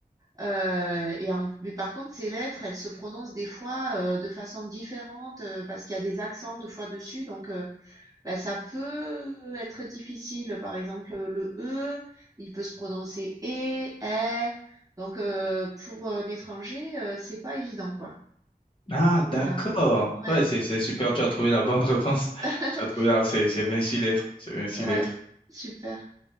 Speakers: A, on the right; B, on the left.
A: euh, et en- mais par contre, ces lettres, elles se prononcent des fois euh, de façon différente euh, parce qu'il y a des accents deux fois dessus, donc euh, bah, ça peut être difficile. Par exemple, le E, il peut se prononcer E, E, donc euh, pour un étranger, euh, c'est pas évident, quoi.
B: Ah,
A: Voilà.
B: d'accord.
A: Ouais,
B: Ouais, c'est, c'est super, tu as trouvé la bonne réponse. <laughs>
A: <laughs>
B: Tu as trouvé là, c'est, c'est 26 lettres. C'est 26
A: ouais,
B: lettres.
A: super.